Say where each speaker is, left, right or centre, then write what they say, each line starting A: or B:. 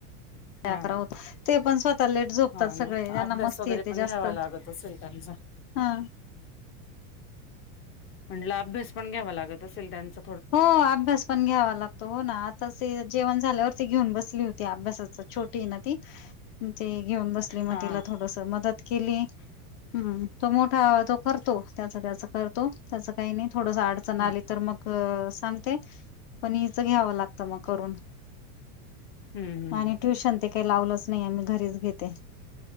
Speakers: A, on the left (about 30°); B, on the left (about 55°).
A: हा
B: करा होत ते पण स्वतः लेट झोपतात
A: हा
B: सगळे
A: ना
B: त्यांना
A: अभ्यास
B: मस्ती
A: वगैरे
B: येते
A: पण
B: जास्त.
A: घ्यावा लागत असेल त्यांचा
B: हा.
A: म्हटलं अभ्यास पण घ्यावा लागत असेल त्यांच.
B: हो अभ्यास पण घ्यावा लागतो हो ना आता ते जेवण झाल्यावरती घेऊन बसली होती अभ्यासाच छोटी ना ती. ते घेऊन बसली
A: हा
B: म तिला थोडस मदत केली. हम्म तो मोठा ह तो करतो त्याचं त्याचं करतो त्याचं काई नी थोडस अडचण
A: हम्म
B: आली तर मग अ सांगते पण हिचं घ्यावं लागतं मंग करून.
A: हम्म
B: आणि ट्युशन ते काई लावलंच नई आम्ही घरीच घेते.